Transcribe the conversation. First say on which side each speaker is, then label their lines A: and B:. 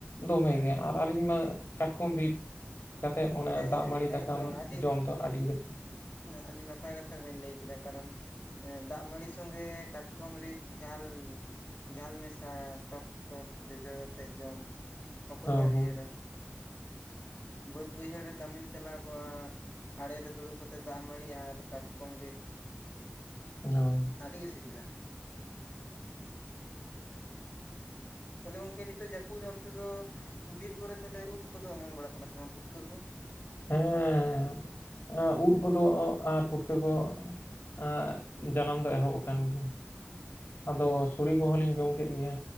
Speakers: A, on the left; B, on the left.
A: ᱫᱚᱢᱮᱜᱮ
B: ᱦᱮᱸ ᱦᱮᱸ
A: ᱟᱨ ᱟᱹᱞᱤᱧ ᱢᱟ, ᱠᱟᱴᱠᱚᱢ ᱨᱤᱫ ᱠᱟᱛᱮᱫ ᱚᱱᱮ
B: ᱦᱮᱸ
A: ᱫᱟᱜ ᱢᱟᱹᱲᱤ
B: ᱮᱠᱫᱚᱢ
A: ᱫᱟᱠᱟᱢ
B: ᱟᱹᱰᱤ
A: ᱡᱚᱢ ᱫᱚ ᱟᱹᱰᱤ ᱨᱟᱹᱥᱠᱟᱹ,
B: ᱟᱹᱰᱤ ᱱᱟᱯᱟᱭ ᱠᱟᱛᱷᱟ ᱵᱤᱱ ᱞᱟᱹᱭ ᱠᱮᱫᱟ ᱠᱟᱨᱚᱱ ᱮᱸ ᱫᱟᱜ ᱢᱟᱹᱲᱤ ᱥᱚᱸᱜᱮ ᱠᱟᱴᱠᱚᱢ ᱨᱤᱫ ᱡᱷᱟᱞ ᱡᱷᱟᱞ ᱢᱮᱥᱟ ᱴᱚᱠ ᱴᱚᱠ ᱡᱚᱡᱚ ᱛᱮᱫ ᱡᱚᱢ ᱚᱠᱚᱭ
A: ᱚ
B: ᱵᱟᱭ
A: ᱦᱳᱭ
B: ᱩᱭᱦᱟᱹᱨᱟ᱾ ᱵᱟᱹᱫ ᱵᱟᱹᱭᱦᱟᱹᱲ ᱨᱮ ᱠᱟᱹᱢᱤᱢ ᱪᱟᱞᱟᱣ ᱠᱚᱜ-ᱟ ᱟᱲᱮ ᱨᱮ ᱫᱩᱲᱩᱵ ᱠᱟᱛᱮᱫ ᱫᱟᱜ ᱢᱟᱹᱲᱤ ᱟᱨ ᱠᱟᱴᱠᱚᱢ ᱨᱤᱫ
A: <unintelligible>
B: ᱟᱹᱰᱤ ᱜᱮ ᱥᱤᱵᱤᱞᱟ᱾ ᱛᱟᱦᱞᱮ ᱜᱚᱝᱠᱮ ᱱᱤᱛᱳᱜ ᱡᱟᱹᱯᱩᱫ ᱨᱮ ᱚᱱᱛᱮ ᱫᱚ, ᱵᱤᱨ ᱠᱚᱨᱮ ᱛᱟᱦᱞᱮ ᱩᱫ ᱠᱚᱫᱚ ᱚᱢᱚᱱ ᱵᱟᱲᱟᱜ ᱠᱟᱱᱟ ᱥᱮ ᱵᱟᱝ ᱯᱩᱴᱠᱟᱹ ᱠᱚ?
A: ᱦᱮᱸ ᱩᱫ ᱠᱚᱫᱚ ᱟᱨ ᱯᱩᱴᱠᱟᱹ ᱠᱚ ᱮᱸᱜ ᱡᱟᱱᱟᱢ ᱫᱚ ᱮᱦᱚᱵ ᱟᱠᱟᱱ ᱜᱮᱭᱟ᱾ ᱟᱫᱚ
B: ᱦᱮᱸ
A: ᱥᱩᱲᱤ ᱠᱚᱦᱚᱸ ᱞᱤᱧ ᱡᱚᱢ ᱠᱮᱫ ᱜᱮᱤᱭᱟᱹ